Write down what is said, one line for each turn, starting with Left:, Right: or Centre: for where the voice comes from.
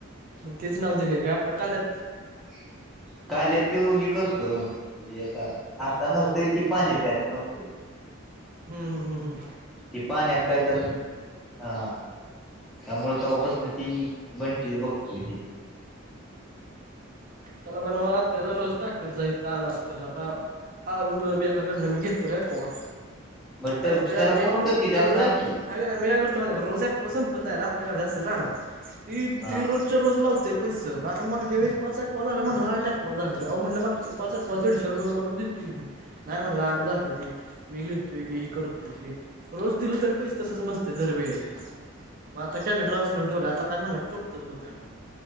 Right: मग तेच नाव दिले काय आपल्या कालत
Centre: <unintelligible> काल्यात तो हे करतो रे आता आता नव्हतंय ती पाणी प्यायचं नव्हतं बघ
Right: हम्म हम् हम्म हम्.
Centre: ती पाण्यात काय तर हा. त्यामुळे तपासून ती बंटी बघतोय ते.
Right: त्याला म्हणाव आपल्याला रोज टाकत जा हिथ आलास तर आता अ बी एकाकडन मी घेततो रे एक्वा
Centre: बट
Right: तटतय
Centre: त्याला
Right: अरे ते
Centre: फोन कर की त्याला
Right: एवढं
Centre: सांग की
Right: हाय कणी मी काय करतो माहित हाय काय रोज एक्वा संपत नाही आपल्याला हवे असते रानात ती
Centre: हा
Right: ती रोज रोज लावतय पैस आता मगच्या वेळी पाच ओ दादा म्हणाला आठ एक्वा झालते आओ दादा म्हटल मगच पाच एक्वा दिडशे रुपये बरोबर दिलती नाही म्हटलं आठ झाली ती मी लिहतोय की ही करतोय की रोज दिल तरी पैसे तसंच म्हणते दर वेळे मग आता कॅलेनडरावरच लिहून ठेवलय आता काय म्हणला तर चोपतोच बग त्याला.